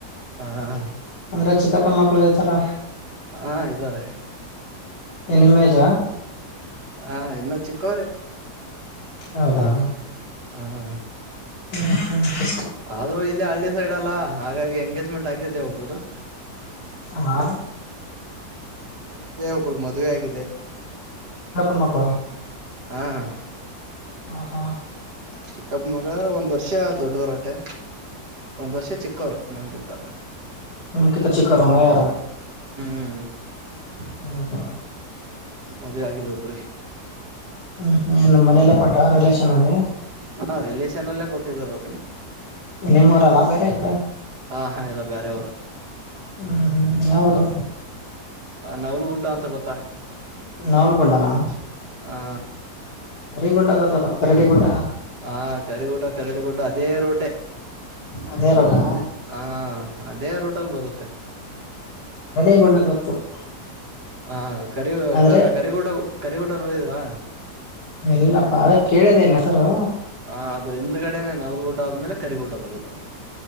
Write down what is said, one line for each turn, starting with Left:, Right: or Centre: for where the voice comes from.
Right: ಹಾ
Left: ಅಂದ್ರೆ ಚಿಕ್ಕಪ್ಪನ ಮಕ್ಕಳು ಈತರ
Right: ಹಾ ಇದ್ದಾರೆ
Left: ನಾಮ ಏಜ್
Right: ಹಾ ಇನ್ನೊ ಚಿಕ್ಕವ್ರೆ
Left: ಹೌದಾ
Right: ಹ್ಮ
Left: ಹ್ಮ ಹ
Right: ಆದ್ರೂ ಇಲ್ಲಿ ಹಳ್ಳಿ ಸೈಡ್ ಅಲ್ಲಾ ಹಾಗಾಗಿ ಎಂಗೇಜ್ಮೆಂಟ್ ಆಗಿದ್ದೆ ಒಬರುದು
Left: ಹಾ
Right: ಒಬ್ರ್ದ ಮದುವೆ ಆಗಿದೆ
Left: ಎಪ್ಪನ್ ಮಾತ
Right: ಹ್ಮ ಹ
Left: ಹಾ ಹಾ
Right: ಚಿಕ್ಕಪ್ಪ ಮಗಳ ಒಂದ್ ವರ್ಷ ದೊಡ್ಡವರಟೆ ಒಂದ್ ವರ್ಷ ಚಿಕ್ಕವರು ನಮಗಿಂತ
Left: ಹ ಕೆತ್ತ ಚಿಕ್ಕ ಆ ಯಾರ
Right: ಹ್ಮ್
Left: ಹ್ಮ ಹಾ
Right: ಮದವೆ ಆಗಿದ ಒಬ್ರಿ
Left: ಹಾ ನನ್ ಮನೇಲ್ಲೇ ಕೊಟ್ಟ ರಿಲೇಷನ್ ಅಲ್ಲಿ
Right: ಹಾ ರಿಲೇಷನ್ ಅಲ್ಲೇ ಕೊಟ್ಟಿದರು
Left: ನಿಮ್ಮವ್ರಲ್ಲ ಬೇರೆ ತ್ರ
Right: ಹಾ ಹಾ ಎಲ್ಲ ಬೇರೆಯವರು
Left: ಹ್ಮ್ ಹ್ಮ್ ಯಾವುರು
Right: ನವ್ಲುಗುಡ್ಡ ಅಂತ ಗೊತ್ತಾ
Left: ನಾವ್ಲುಕೊಂಡನಾ
Right: ಹಾ
Left: <unintelligible> ಗುಡ್ಡ ಬತ್ತಪ್ಪ ಕರಡಿ ಗುಡ್ಡ
Right: ಹಾ ಕರಿಗೂಡ ಕರಡಿಗುಡ ಅದೇ ರೋಟೆ
Left: ಅದೇ ರೋಟಾ
Right: ಅದೇ ಹಾ ಅದೇ ರೋಟಲ್ ಬರುತ್ತೆ
Left: <unintelligible>
Right: ಹಾ <unintelligible>
Left: ಆದ್ರೆ
Right: ಕರಿಗೂಟ ಕರಿಗೂಟ ನೋಡಿದಿರಾ
Left: ಎಲ್ಲಪ್ಪಾ ಅದೆ ಕೇಳಿದಿನ್ ಹೆಸರು
Right: ಹ ಆದ್ರ ಹಿಂದ್ಗಡೆನೆ ನೌಲು ಗುಡ್ಡ ಹೊದ್ಮೇಲೆ ಕರಿಗುಡ್ಡ ಬರುದು